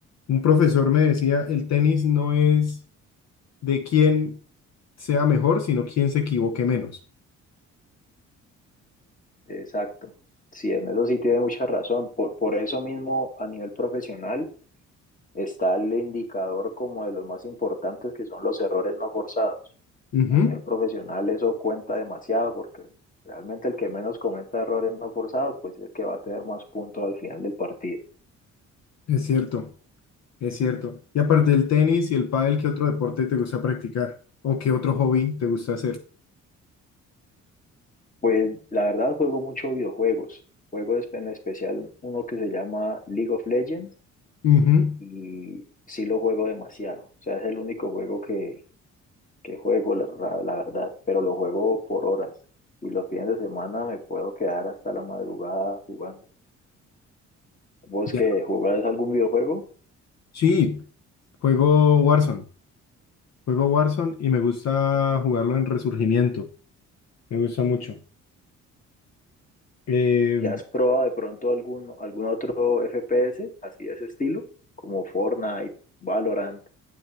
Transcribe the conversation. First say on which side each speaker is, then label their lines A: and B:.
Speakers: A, on the left (about 60°); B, on the left (about 25°).
A: Un profesor me decía, el tenis no es de quién sea mejor, sino quién se equivoque menos.
B: Exacto. Sí, en eso sí tiene mucha razón. Por, por eso mismo, a nivel profesional, está el indicador como de los más importantes que son los errores no forzados.
A: Ujú,
B: A nivel profesional eso cuenta demasiado porque realmente el que menos cometa errores no forzados pues es el que va a tener más puntos al final del partido.
A: Es cierto, es cierto. Y aparte del tenis y el pádel, ¿qué otro deporte te gusta practicar? ¿O qué otro hobby te gusta hacer?
B: Pues la verdad juego mucho videojuegos. Juego espe en especial uno que se llama League of Legends
A: Ujú,
B: y sí lo juego demasiado. O sea, es el único juego que, que juego, la, ra- la verdad, pero lo juego por horas y los fines de semana me puedo quedar hasta la madrugada jugando. ¿Vos
A: Ya.
B: que jugás algún videojuego
A: Sí, juego Warzone. Juego Warzone y me gusta jugarlo en Resurgimiento. Me gusta mucho. Eh,
B: y has probado de pronto algún, algún otro FPS así de ese estilo, como Fortnite, Valorant?